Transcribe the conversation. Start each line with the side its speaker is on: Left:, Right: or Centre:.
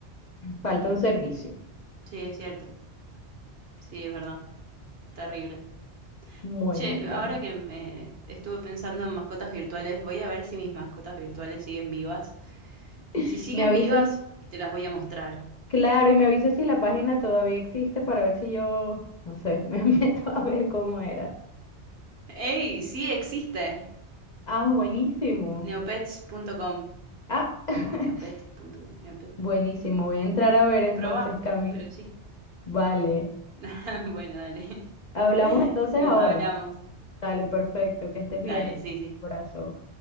Left: Falta un servicio.
Right: Sí, es cierto. Sí, es verdad. Terrible.
Left: Bueno,
Right: Che,
Left: Cami,
Right: ahora que me estuve pensando en mascotas virtuales, voy a ver si mis mascotas virtuales siguen vivas
Left: <laughs>
Right: Si siguen
Left: me avisas,
Right: vivas, te las voy a mostrar.
Left: claro, y me avisas si la página todavía existe para ver si yo, no sé, <laughs> me meto a ver cómo era.
Right: ¡Ey! Sí existe.
Left: Ah, buenísimo.
Right: Neopets.com
Left: Ah, <laughs>
Right: o neopet.com. Neopet.
Left: buenísimo, voy a entrar a ver entonces,
Right: Proba,
Left: Cami.
Right: pero sí.
Left: Vale,
Right: <laughs> bueno, dale.
Left: hablamos entonces
Right: Nos
Left: ahora.
Right: hablamos.
Left: Dale, perfecto, que estés
Right: Dale,
Left: bien.
Right: sí, sí.
Left: Abrazo.